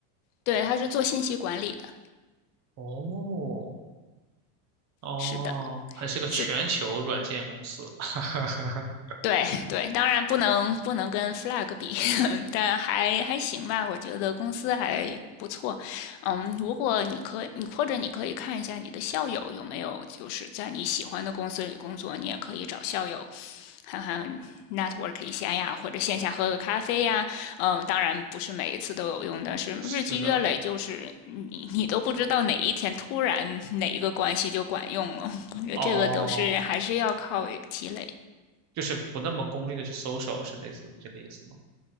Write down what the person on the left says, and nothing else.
对，它是做信息管理的，
是的，
是。
对对，当然不能不能跟 Flag 比，<laughs> 但还还行吧，我觉得公司还不错。嗯，如果你可以，你或者你可以看一下你的校友有没有就是在你喜欢的公司里工作，你也可以找校友看看 network 一下呀，或者线下喝个咖啡呀。嗯，当然不是每一次都有用，但是日积月累，
就是你你都不知道哪一天突然哪一个关系就管用了。我觉得这个都是还是要靠积累。